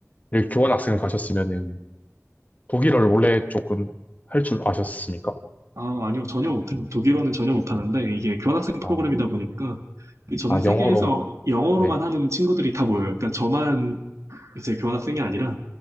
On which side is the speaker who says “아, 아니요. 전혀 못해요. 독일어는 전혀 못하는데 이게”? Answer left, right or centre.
Right